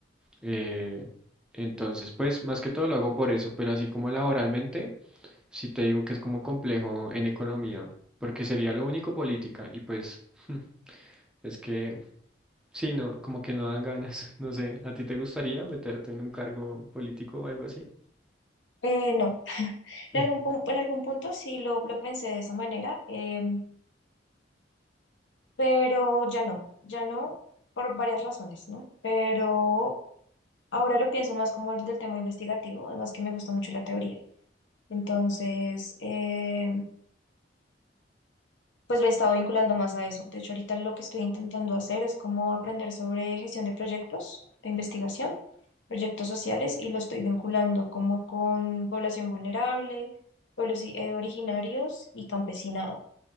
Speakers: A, in the centre; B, on the left (about 85°).
A: Eh, entonces, pues más que todo lo hago por eso, pero así como laboralmente, sí te digo que es como complejo en economía, porque sería lo único política y pues <laughs> es que Sí, no, como que no dan ganas. <laughs> No sé, ¿a ti te gustaría meterte en un cargo político o algo así?
B: Eh, no, en
A: Mm,
B: algún, pun- en algún punto sí lo, lo pensé de esa manera, eh, pero ya no, ya no, por varias razones, ¿no? Pero ahora lo pienso más como el del tema investigativo, además que me gusta mucho la teoría. Entonces, eh, pues lo he estado vinculando más a eso. De hecho, ahorita lo que estoy intentando hacer es como aprender sobre gestión de proyectos de investigación, proyectos sociales, y lo estoy vinculando como con población vulnerable, pueblos i- eh, originarios y campesinado.